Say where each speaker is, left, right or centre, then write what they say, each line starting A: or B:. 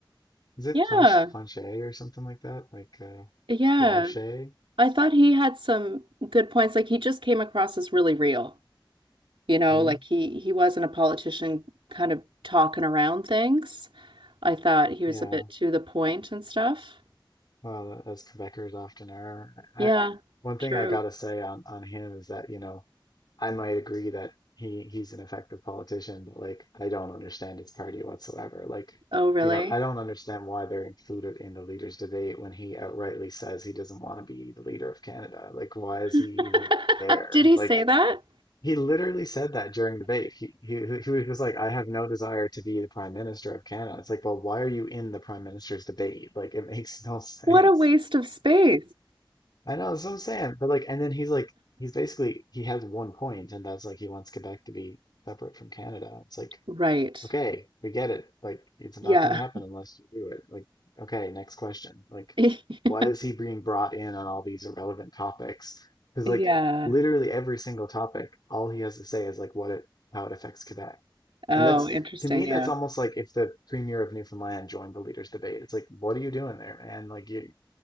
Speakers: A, on the left; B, on the right.
A: Is it
B: Yeah,
A: planche planche or something like that? Like uh
B: yeah.
A: Blanchet?
B: I thought he had some good points. Like he just came across as really real, you know,
A: Mm,
B: like he he wasn't a politician kind of talking around things. I thought he
A: yeah.
B: was a bit to the point and stuff.
A: Well, as Quebecers often are. I
B: Yeah,
A: one
B: true.
A: thing I gotta say on on him is that, you know, I might agree that he he's an effective politician, but like I don't understand his party whatsoever. Like,
B: Oh, really?
A: you know, I don't understand why they're included in the leaders debate when he outrightly says he doesn't want to be the leader of Canada. Like, why is he
B: <laughs>
A: even there?
B: Did he
A: Like
B: say that?
A: He literally said that during debate. He, he he was like, "I have no desire to be the Prime Minister of Canada." It's like, well, why are you in the Prime Minister's debate? Like, it makes no <laughs> sense.
B: What a waste of space.
A: I know that's what I'm saying, but like, and then he's like, he's basically he has one point, and that's like he wants Quebec to be separate from Canada. It's like,
B: Right.
A: okay, we get it. Like, it's not
B: Yeah.
A: going to happen unless you do it. Like, okay, next question. Like,
B: <laughs>
A: why is he being brought in on all these irrelevant topics? Because,
B: Yeah.
A: like, literally every single topic, all he has to say is, like, what it, how it affects Quebec.
B: Oh,
A: And that's,
B: interesting.
A: to me, that's
B: Yeah.
A: almost like if the premier of Newfoundland joined the leaders' debate. It's like, what are you doing there, man? Like, you,